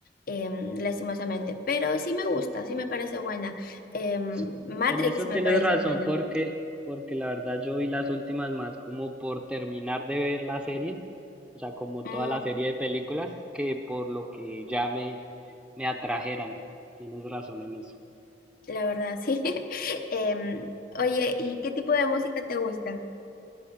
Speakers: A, on the left; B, in the centre.
A: em, lastimosamente, pero sí me gusta, sí me parece buena. Em,
B: Sí,
A: Matrix
B: en eso
A: me
B: tienes
A: parece
B: razón
A: buena.
B: porque porque la verdad yo vi las últimas más como por terminar de ver la serie, o sea, como
A: Mm,
B: toda la serie de películas que por lo que ya me me atrajeran. Tienes razón en eso.
A: la verdad, sí. <laughs> Em, oye, ¿y qué tipo de música te gusta?